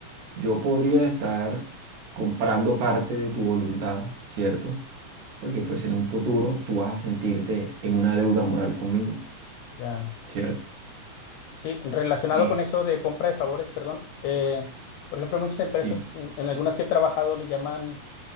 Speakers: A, on the right (about 70°); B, on the left (about 80°).
A: yo podría estar comprando parte de tu voluntad, ¿cierto? porque pues en un futuro tú vas a sentirte en una deuda moral conmigo,
B: ya.
A: ¿cierto?
B: Sí, relacionado
A: Sí,
B: con eso de compra de favores, perdón. eh, por ejemplo, muchas empresas,
A: sí,
B: en, en algunas que he trabajado, le llaman